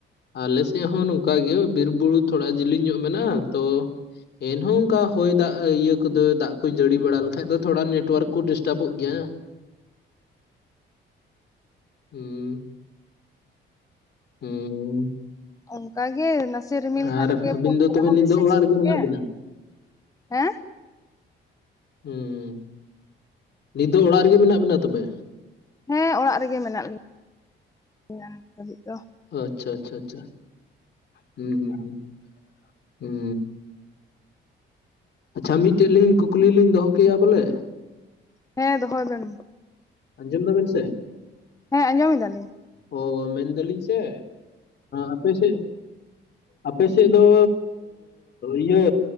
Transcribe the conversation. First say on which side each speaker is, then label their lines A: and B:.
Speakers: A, on the left (about 60°); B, on the left (about 15°).
A: ᱟᱞᱮ ᱥᱮᱫ ᱦᱚᱸ ᱱᱚᱝᱠᱟ ᱜᱮ ᱵᱤᱨ ᱵᱩᱨᱩ ᱛᱷᱚᱲᱟ ᱡᱮᱞᱮᱧ ᱧᱚᱜ ᱢᱮᱱᱟᱜᱼᱟ ᱛᱚ᱾ ᱮᱱᱦᱚᱸ ᱚᱱᱠᱟ ᱦᱚᱭ ᱫᱟᱜ ᱤᱭᱟᱹ ᱠᱚᱫᱚ ᱫᱟᱜ ᱠᱚ ᱡᱟᱹᱲᱤ ᱵᱟᱲᱟ ᱞᱮᱠᱷᱟᱡ ᱫᱚ ᱛᱷᱚᱲᱟ ᱱᱮᱴᱚᱣᱟᱨᱠ ᱠᱚ ᱰᱤᱥᱴᱟᱵᱚᱜ ᱜᱮᱭᱟ᱾ ᱦᱩᱸ᱾ ᱦᱩᱸ᱾
B: ᱚᱱᱠᱟ ᱜᱮ ᱱᱟᱥᱮ ᱨᱤᱢᱤᱞ ᱠᱷᱟᱱ
A: ᱟᱨ
B: ᱜᱮ
A: ᱟᱹᱵᱤᱱ
B: ᱯᱷᱳᱱ
A: ᱫᱚ
B: ᱠᱚᱨᱮ
A: ᱛᱚᱵᱮ
B: ᱦᱚᱸ
A: ᱱᱤᱛ
B: ᱢᱮᱥᱮᱡ
A: ᱫᱚ ᱚᱲᱟᱜ
B: ᱦᱤᱡᱩᱜ
A: ᱨᱮᱜᱮ ᱢᱮᱱᱟᱜ
B: ᱜᱮᱭᱟ᱾
A: ᱵᱤᱱᱟ
B: ᱦᱮᱸ?
A: ᱦᱩᱸ ᱱᱤᱛ ᱫᱚ ᱚᱲᱟᱜ ᱨᱮᱜᱮ ᱢᱮᱱᱟᱜ ᱵᱮᱱᱟ ᱛᱚᱵᱮ?
B: ᱦᱮᱸ ᱚᱲᱟᱜ ᱨᱮᱜᱮ ᱢᱮᱱᱟᱜ ᱞᱤᱧᱟᱹ᱾ ᱫᱷᱟᱹᱵᱤᱡ ᱫᱚ
A: ᱟᱪᱪᱷᱟ, ᱟᱪᱪᱷᱟ, ᱟᱪᱪᱷᱟ, ᱦᱩᱸ ᱦᱩᱸ ᱦᱩᱸ᱾ ᱦᱩᱸ ᱟᱪᱪᱷᱟ, ᱢᱤᱫᱴᱮᱱ ᱞᱤᱧ ᱠᱩᱠᱞᱤ ᱞᱤᱧ ᱫᱚᱦᱚ ᱠᱮᱭᱟ ᱵᱚᱞᱮ
B: ᱦᱮᱸ ᱫᱚᱦᱚᱭ ᱵᱮᱱ ᱢᱟ᱾
A: ᱟᱸᱡᱚᱢ ᱫᱟᱵᱮᱱ ᱥᱮ?
B: ᱦᱮᱸ ᱟᱸᱡᱚᱢ ᱮᱫᱟᱞᱤᱧ᱾
A: ᱚ ᱢᱮᱱ ᱫᱟᱹᱞᱤᱧ ᱡᱮ ᱟᱯᱮ ᱥᱮᱜ ᱟᱯᱮᱥᱮᱫ ᱫᱚ ᱤᱭᱟᱹ